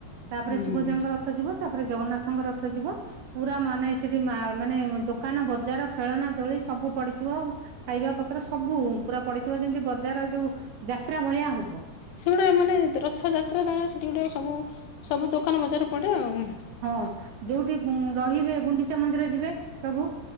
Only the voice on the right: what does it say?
ତାପରେ
ସୁଭଦ୍ରାଙ୍କ ରଥ ଯିବ ତାପରେ ଜଗନ୍ନାଥଙ୍କ ରଥ ଯିବ ପୁରା ମାନେ ସେଠି ମାନେ ଦୋକାନବଜାର ଖେଳନା ଦୋଳି ସବୁ ପଡିଥିବ। ଖାଇବାପତ୍ର ସବୁ ପୁରା ପଡିଥିବ ଯେମିତି ବଜାର ଯୋଉ ଯାତ୍ରା ଭଳିଆ ହଉଥିବ।
ହଁ ଯୋଉଠି ରହିବେ ଗୁଣ୍ଡିଚା ମନ୍ଦିର ଯିବେ। ପ୍ରଭୁ।